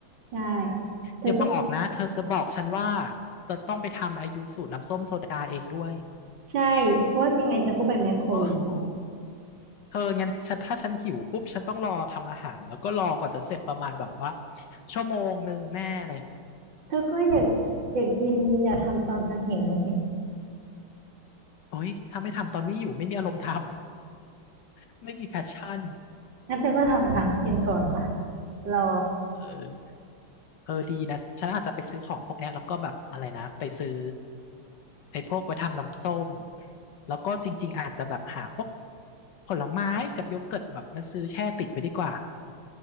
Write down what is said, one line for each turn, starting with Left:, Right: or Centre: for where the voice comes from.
Right: ใช่ เธอก็
Left: อย่าบอกนะเธอจะบอกฉันว่าเธอต้องไปทำไอยูสุน้ำส้มโซดาเองด้วย
Right: ใช่เพราะว่ายังไงเธอก็ไปแมคโครอยู่แล้ว
Left: โอ้โหเธองั้นฉันถ้าฉันหิวปุ๊บฉันต้องรอทำอาหารแล้วก็รอกว่าจะเสร็จประมาณแบบว่าชั่วโมงหนึ่งแน่เลย
Right: เธอก็อยากอยากกินอย่าทำตอนเธอหิวสิ
Left: โอ้ยถ้าไม่ทำตอนไม่อยู่ไม่มีอารมณ์ทำ <laughs> ไม่มีแพชชั่น
Right: งั้นเธอก็ทำตามกินก่อนปะรอ
Left: เออเออดีนะฉันอาจจะไปซื้อของพวกเนี้ยแล้วก็แบบอะไรนะไปซื้อไอ้พวกไว้ทำน้ำส้มแล้วก็จริงๆอาจจะแบบหาพวกผลไม้กับโยเกิร์ตแบบมาซื้อแช่ติดไว้ดีกว่า